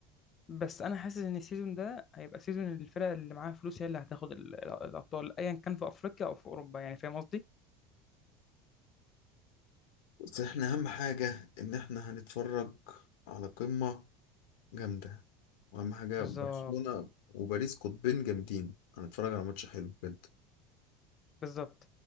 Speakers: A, on the left (about 30°); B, on the left (about 80°).
A: بس أنا حاسس إن السيزون ده هيبقى سيزون الفرق اللي معاها فلوس هي اللي هتاخد ال- الأبطال أيا كان في أفريقيا أو في أوروبا يعني فاهم قصدي؟
B: بس احنا اهم حاجة ان احنا هنتفرج على قمة جامدة واهم حاجة
A: بالظبط
B: برشلونة وباريس قطبين جامدين هنتفرج على ماتش حلو بجد
A: بالظبط